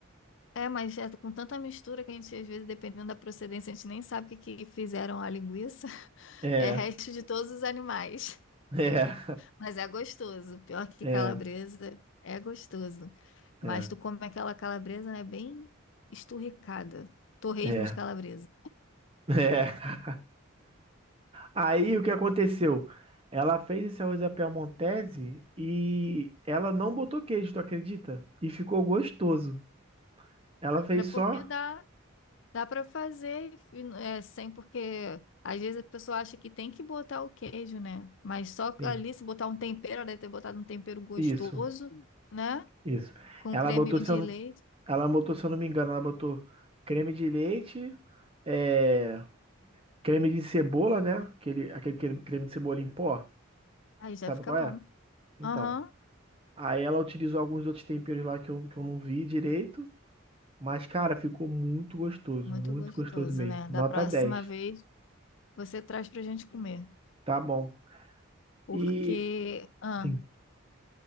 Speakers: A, on the left; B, on the right.
A: É, mas é com tanta mistura que a gente, às vezes, dependendo da procedência, a gente nem sabe o que que fizeram a linguiça. <laughs>
B: É,
A: É resto de todos os animais.
B: é,
A: Mas é gostoso. Pior que
B: é,
A: calabresa, é gostoso. Mas
B: é,
A: tu come aquela calabresa, né, bem esturricada. Torresmo
B: é,
A: de calabresa.
B: é. Aí o que aconteceu? Ela fez esse arroz à piamontese e ela não botou queijo, tu acredita? E ficou gostoso. Ela fez
A: É porque
B: só.
A: dá, dá para fazer e fi- é, sem, porque às vezes a pessoa acha que tem que botar o queijo, né? Mas só
B: Sim,
A: ali, se botar um tempero, ela deve ter botado um tempero gostoso,
B: isso,
A: né?
B: isso.
A: Com
B: Ela
A: creme
B: botou, se
A: de
B: eu, não-
A: leite.
B: ela botou, se eu não me engano, ela botou creme de leite, é, Creme de cebola, né? Aquele, aquele creme creme de cebola em pó.
A: Aí já
B: Sabe
A: fica
B: qual
A: bom.
B: é? Então.
A: Aham,
B: Aí ela utilizou alguns outros temperos lá que eu, que eu não vi direito. Mas, cara, ficou muito gostoso.
A: muito
B: Muito
A: gostoso,
B: gostoso mesmo.
A: né? Da
B: Nota
A: próxima
B: dez,
A: vez você traz pra gente comer.
B: Tá bom.
A: Porque.
B: E,
A: Ah,
B: Sim.